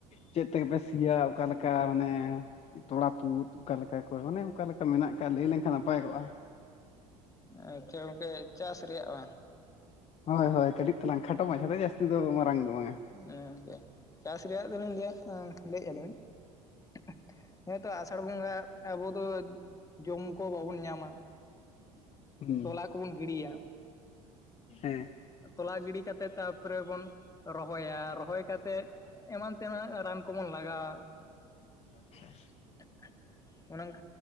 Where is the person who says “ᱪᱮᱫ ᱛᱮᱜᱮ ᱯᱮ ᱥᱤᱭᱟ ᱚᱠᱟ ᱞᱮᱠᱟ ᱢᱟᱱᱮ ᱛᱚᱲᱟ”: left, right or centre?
Left